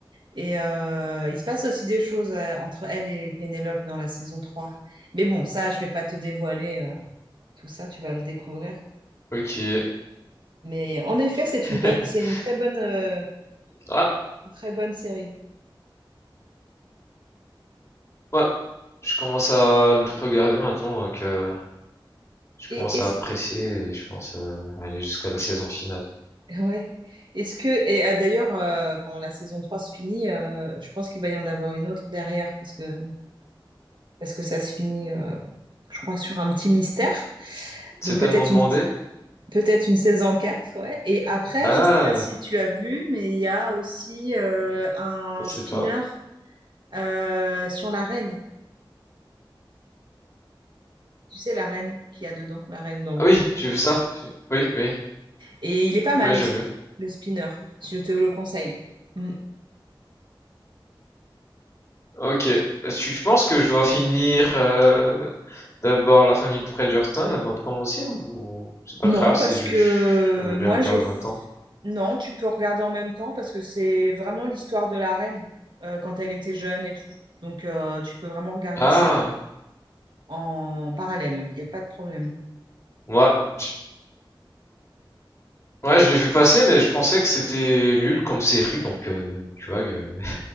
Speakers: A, on the right; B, on the left.
A: Et euh, il se passe aussi des choses euh, entre elle et Pénélope dans la saison 3. Mais bon, ça, je vais pas te dévoiler euh, tout ça. Tu vas le découvrir.
B: Ok.
A: Mais en effet, c'est
B: <laughs>
A: une bonne, c'est une très bonne, euh,
B: Ah,
A: une très bonne série.
B: ouais. Je commence à le regarder maintenant, donc. euh, Je commence
A: Et est-ce,
B: à apprécier et je pense à aller jusqu'à la saison finale.
A: <laughs> ouais. Est-ce que, et euh, d'ailleurs, euh, quand la saison 3 se finit, euh, je pense qu'il va y en avoir une autre derrière parce que, parce que ça se finit, euh, je crois, sur un petit mystère.
B: C'est
A: Donc
B: tellement
A: peut-être
B: demandé?
A: une, peut-être une saison 4. ouais. Et après,
B: Ah,
A: je sais pas si tu as vu, mais il y a aussi euh, un
B: je pensais
A: spinner
B: pas.
A: euh, sur la reine. Tu sais, la reine qu'il y a dedans, la reine d'Angleterre.
B: Ah oui, j'ai vu ça. J'ai- Oui, oui,
A: Et il est pas mal
B: oui, Ouais, j'ai
A: aussi,
B: vu.
A: le spinner. si Je te le conseille. Mm.
B: Ok. Est-ce que tu penses que je dois finir euh, d'abord la famille Bridgerton avant de commencer ou c'est pas
A: Non,
B: grave si
A: parce
B: je,
A: que
B: je
A: euh, moi,
B: les regarde
A: j'ai... f-
B: en même temps?
A: Non, tu peux regarder en même temps parce que c'est vraiment l'histoire de la reine euh, quand elle était jeune et tout. Donc, euh, tu peux vraiment regarder
B: Ah,
A: ça en parallèle. Il n'y a pas de problème.
B: moi, je- ouais, je l'ai vu passer, mais je pensais que c'était nul comme série, donc euh, tu vois, euh,